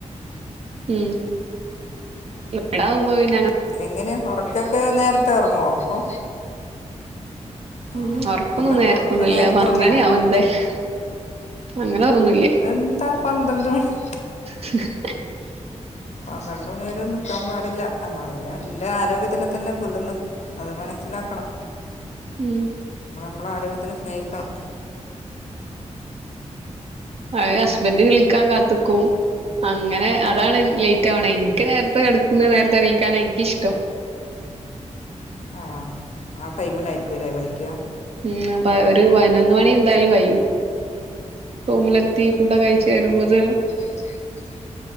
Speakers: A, on the right; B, on the left.
A: ഉം ഇവ്ടാവുമ്പ പിന്ന
B: എങ്ങനെ ഉറക്കൊക്കെ നേരത്തെ ഉറങ്ങുവോ അപ്പൊ
A: ഉം
B: ആഹ്
A: ഒറക്കൊന്നും
B: അല്ല
A: നേരത്തൊന്നുല്ല
B: ഉറക്ക് നേരത്തെ
A: പന്ത്രണ്ടു
B: ഉറങ്ങുവോ
A: മണി ആവും എന്തായാലും അങ്ങനെന്നുമില്ല
B: എന്താ പന്ത്രണ്ട് മണി
A: ഹ് ഹ് ഹ്
B: പന്ത്രണ്ട് മണിവരെ ഒന്നും നിൽക്കാൻ പാടില്ല നമ്മള എന്റെ ആരോഗ്യത്തിനെ തന്നെ കൊല്ലന്ന് അത് മനസ്സിലാക്കണം
A: ഉം
B: നമ്മൾ നമ്മളെ ആരോഗ്യത്തിന് സ്നേഹിക്കണം
A: അ ഹ്ഹസ്ബൻഡ് വിളിക്കാൻ കാ ത്ക്കും അങ്ങനെ അതാണ് ലേറ്റ് തുകും അങ്ങനെ അതാണ് വെബഎനിക്ക് നേരത്തെ കിടക്കുന്നത് നേരത്തെ എണീക്കാന എനിക്കിഷ്ടം
B: ആ ആ ടൈമിലയിരിക്കുംല്ലേ വിളിക്ക
A: ഉ ഒരു പതിനൊന്ന് മണി എന്തായാലും കഴിയും റൂമിലെത്തി ഫുഡ കഴച്ച് വരുമ്പോത്
B: കഴിച്ചരുന്നു